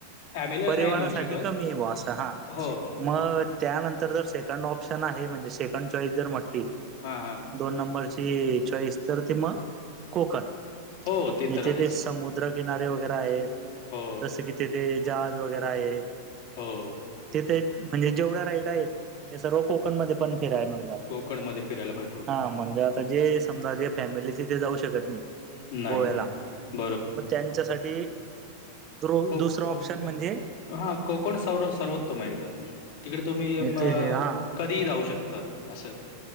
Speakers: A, on the left; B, on the right.
A: फॅमिलीला
B: परिवारासाठी
A: नाही होऊ शकत
B: कमी आहे बुवा असं हा
A: हो हो
B: मग. त्यानंतर जर सेकंड ऑप्शन आहे म्हणजे सेकंड चॉईस जर म्हटली
A: हा हा.
B: दोन नंबरची चॉईस तर ते मग कोकण
A: हो ते
B: तिथे
A: तर आहेच
B: समु समुद्रकिनारे वगैरे आहे
A: हो
B: जसं की तिथे जहाज वगैरे आहे.
A: हो.
B: तिथे म्हणजे जेवढ्या राईड आहेत ते सर्व कोकण मध्ये पण फिरायला म्हणून जात.
A: कोकणमध्येध्ये फिरायला भर
B: हा म्हणजे आता जे समजा जे फॅमिली तिथे जाऊ शकत नाही.
A: नाही
B: गोव्याला
A: नाही
B: मग त्यांच्यासाठी दु
A: कोक
B: दुसरं ऑप्शन म्हणजे
A: हा कोकण सर् सर्वोत्तम आहे एकदम. तिकडे तुम्ही म
B: ते हा
A: कधीही जाऊ शकता असंय.